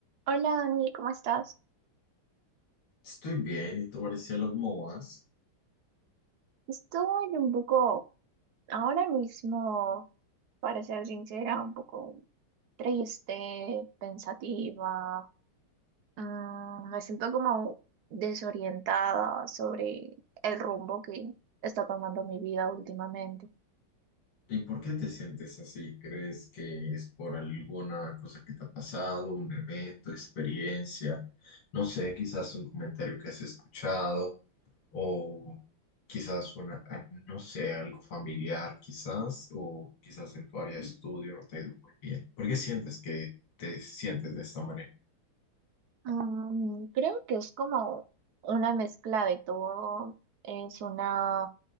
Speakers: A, on the right; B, on the left.
A: Hola Dani, ¿cómo estás?
B: Estoy bien, y tú, Maricielo, ¿cómo vas?
A: Estoy un poco, ahora mismo, para ser sincera, un poco triste, pensativa. Mm, me siento como desorientada sobre el rumbo que está tomando mi vida últimamente.
B: ¿Y por qué te sientes así? ¿Crees que es por alguna cosa que te ha pasado, un evento, experiencia? No sé, quizás un comentario que has escuchado o quizás una, ah, no sé, algo familiar, quizás, o quizás en tu área de estudio no te ha ido muy bien. ¿Por qué sientes que te sientes de esta manera?
A: Mm, creo que es como una mezcla de todo. Es una